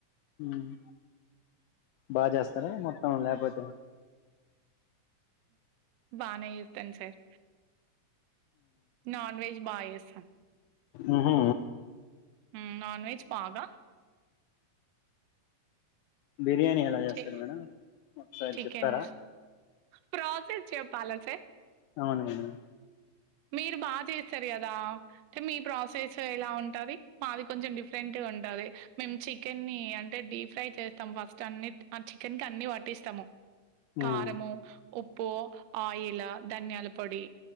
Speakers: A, on the left (about 85°); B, on the right (about 75°).
A: మ్ బాగ చేస్తారా మొత్తం లేకపోతే
B: బానే చేస్తాను సార్ నాన్ వెజ్ బాగ చే స
A: మ్ హు
B: మ్ నాన్ వెెజ్ పాగా
A: బిర్యానీ ఎలా చేస్తారు
B: చి
A: మేడం ఒకసారి
B: చికెన్
A: చెప్తారా
B: ప్రాసెస్ చెప్పాల సార్
A: అవును మేడం
B: మీరు బాగా చేస్తారు కదా, అంటే మీ ప్రాసెస్ ఎలా ఉంటుంది, మాది కొంచెం డిఫరెంట్గా ఉంటుంది మేము చికెన్ని అంటే డీప్ ఫ్రై చేస్తాము, ఫస్ట్ అన్ని ఆ చికెన్కి అన్ని పట్టిస్తాము. కారమో
A: ఉమ్
B: ఉప్పు ఆయ లా ధన్యాల పొడి